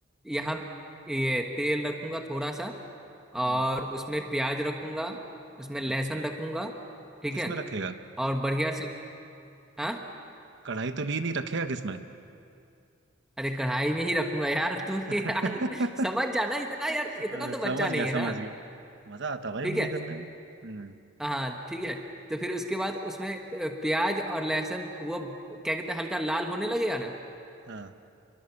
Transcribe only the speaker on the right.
हम्म
अच्छा
किसमें
रखेगा
कढ़ाई तो ली नहीं रखेगा किसमें
<laughs>
हाँ,
समझ
गया समझ
गया मजा आता भाई
उंगली
करने में हम्म
हाँ